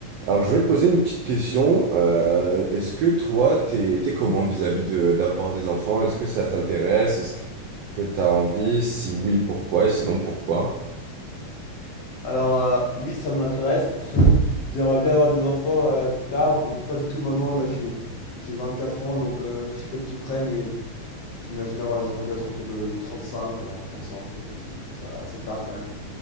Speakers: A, on the right (about 80°); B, on the left (about 55°).
A: Alors, je vais te poser une petite question. Euh, est-ce que toi, t'es, t'es comment vis-à-vis de, d'avoir des enfants? Est-ce que ça t'intéresse? Est-ce que t'as envie? Si oui, pourquoi? Et sinon, pourquoi?
B: Alors euh, oui, ça m'intéresse. <laughs> J'aimerais bien avoir des enfants euh, plus tard. Bon, c'est pas du tout maintenant, là j'ai j'ai 24 ans, donc euh, je suis pas du tout prêt, mais je m'imagine avoir des enfants peut-être autour de, de 35, euh, 35, peut-être quelque chose comme ça, assez tard quand même.